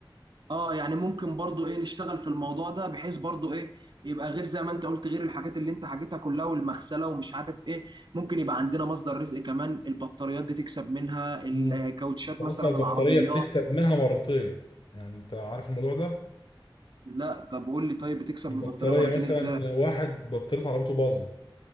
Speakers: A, on the right (about 60°); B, on the left (about 65°).
A: اه يعني ممكن برضو ايه نشتغل في الموضوع ده بحيث برضو ايه يبقى غير زي ما انت قلت غير الحاجات اللي انت حكيتها كلها والمغسله ومش عارف ايه ممكن يبقى عندنا مصدر رزق كمان البطاريات دي تكسب منها الكاوتشات
B: مم. انت اصلا
A: مثلا
B: البطاريه
A: العربيات
B: بتكسب منها مرتين يعني انت عارف الموضوع ده
A: لا طب قول لي طيب بتكسب
B: البطاريه
A: من البطاريه مرتين
B: مثلا
A: ازاي
B: واحد بطاريه عربيته باظت